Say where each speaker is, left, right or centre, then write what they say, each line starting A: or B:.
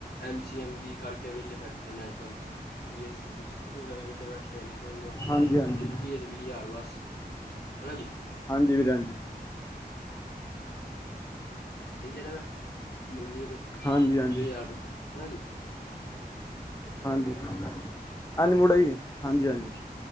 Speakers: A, on the left; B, on the left.
A: ਐਮ ਸੀ, ਐਮ ਬੀ, ਕਰਕੇ ਵੇਲੇ ਬੈਠਦੇ ਨੇ ਅੱਜ ਕੱਲ, ਬੀ ਐੱਸ ਸੀ ਸੱਬ ਕੁਛ ਘਰੇ, ਵੇਲੇ ਬੈਠੇ ਹੋਏ ਨੇ ਕੋਈ ਨੌਕਰੀ
B: ਹਾਂਜੀ
A: ਨਾ ਕੁਛ
B: ਹਾਂਜੀ,
A: ਮਿਲਦੀ ਹੈ ਤੇ ਵੀਹ ਹਜ਼ਾਰ ਬਸ ਹਨਾ ਜੀ
B: ਹਾਂਜੀ ਵੀਰ ਹਾਂਜੀ।
A: ਸਈ ਕਹਿ ਰਿਆ ਮੈਂ, ਮਿਲਦੀ ਐ। ਵੀ
B: ਹਾਂਜੀ ਹਾਂਜੀ
A: ਹਜ਼ਾਰ ਰੁਪਏ ਸਬ, ਹੈਨਾ ਜੀ।
B: ਹਾਂਜੀ ਏਝੰ ਮੁੜੇਗੀ, ਹਾਂਜੀ ਹਾਂਜੀ।